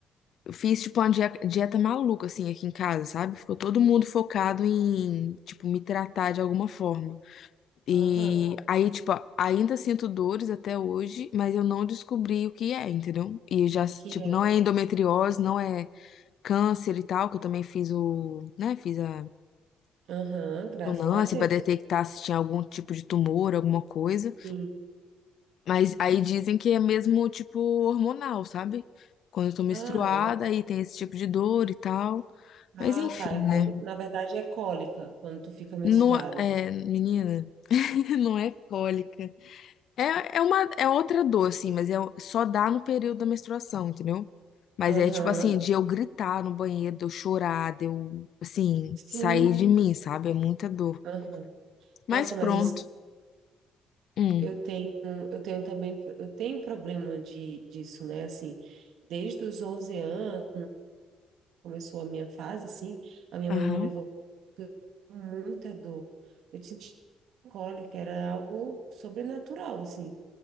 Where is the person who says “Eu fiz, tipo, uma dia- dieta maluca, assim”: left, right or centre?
Left